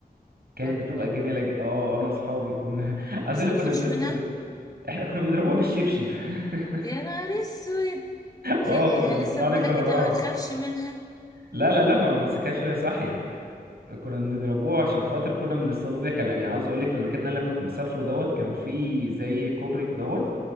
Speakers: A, on the right; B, on the left.
A: كانت
B: الله
A: بتبقى جميلة ج... اه انا واصحابي كنا <laughs> عايز
B: بس
A: اقول لك
B: ما
A: كنا
B: تخافش
A: بنصطاد
B: منها
A: احنا كنا بنضربوها بالشبشب <laughs>
B: يا نهار اسود
A: اه
B: لا انا
A: كنا بنطلع
B: لسه بقولك
A: نجري وراها
B: انت ما تخافش منها
A: لا لا لا ما بمسكهاش وهي صاحية كنا بنضربوها عشان خاطر كنا بنصطادوا بيها كان يعني عاوز اقول لك في المكان اللي انا كنت مسافره دوت كان فيه زي كوبري دوت